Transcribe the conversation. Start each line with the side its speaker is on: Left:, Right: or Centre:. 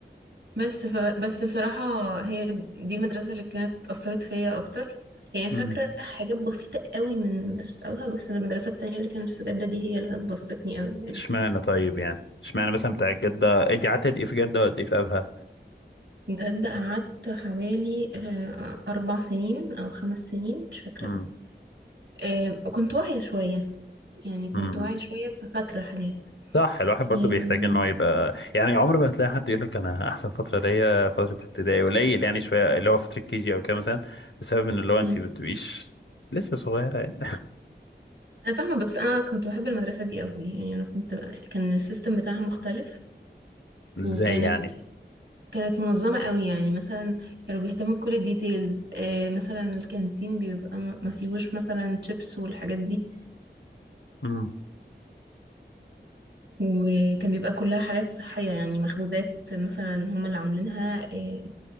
Right: بس ف بس بصراحة هي دي المدرسة اللي كانت أثرت فيا أكتر يعني فاكرة
Left: امم
Right: حاجات بسيطة قوي من مدرسة أولها بس المدرسة التانية اللي كانت في جدة دي هي اللي بسطتني قوي يعني
Left: اشمعنى طيب يعني اشمعنى مثلا بتاع جدة انت قعدت قد ايه في جدة وقد ايه في ابها
Right: جدة قعدت حوالي آه، أربع سنين أو خمس سنين مش فاكرة
Left: امم
Right: قوي آه، وكنت واعية شوية يعني كنت
Left: امم
Right: واعية شوية ففاكرة حاجات
Left: صح الواحد برضو
Right: أم،
Left: بيحتاج ان هو يبقى يعني عمر ما هتلاقي حد يقول لك انا احسن فتره ليا فتره ابتدائي قليل يعني شويه اللي هو فتره كي جي او كده مثلا بسبب ان اللي هو
Right: مم.
Left: انت ما بتبقيش لسه صغيره يعني
Right: أنا فاهمة بس أنا كنت بحب المدرسة دي قوي يعني أنا كنت كان السيستم بتاعها مختلف
Left: <laughs> ازاي
Right: وكانت
Left: يعني
Right: كانت منظمة قوي يعني مثلا كانوا بيهتموا بكل الديتيلز آه، مثلا الكانتين بيبقى ما ما فيهوش مثلا شيبس والحاجات دي
Left: امم
Right: وكان بيبقى كلها حاجات صحية يعني مخبوزات مثلا هما اللي عاملينها آه،